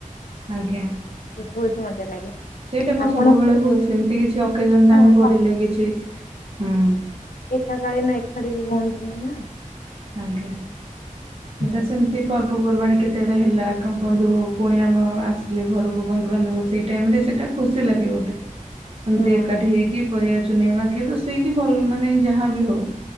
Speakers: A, on the right (about 45°); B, on the left (about 85°).
A: ଆଜ୍ଞା
B: ଆ ବହୁତ ମଜା ଲାଗେ।
A: ସେଇଟା କଣ
B: ଆପଣ
A: ସବୁବେଳେ
B: ହଁ ସମସ୍ତେ
A: ହୁଏ ସେମିତି କିଛି ଅକେଜନ
B: ତ
A: ଟାଇ
B: ହଁ
A: ପଡ଼ିଲେ କିଛି ହୁଁ
B: ଏକା କାଳୀ ନା ଏକାଠି ବି ହୁଅନ୍ତି ନିଁ ନା
A: ଆଜ୍ଞା ସେଟା
B: ହୁଁ।
A: ସେମତି ପର୍ବପର୍ବାଣିୀ କେତେଟା ହେଲା କମପା ଭପୁଣି ଆମ ଆସିଲେ ଘରକୁ ବନ୍ଧୁବାନ୍ଧବ ସେଇ ଟାଇମ ରେ ସେଇଟା। ଖୁସି ଲାଗେ ଗୋଟେ। ଏମିତି
B: ହଁ
A: ଏକାଠି ହେଇକି ପରିବା ଚୁନେଇବା କି ରୋଷେଇକି ଭଲ ମାନେ ଯାହାବି ହଉ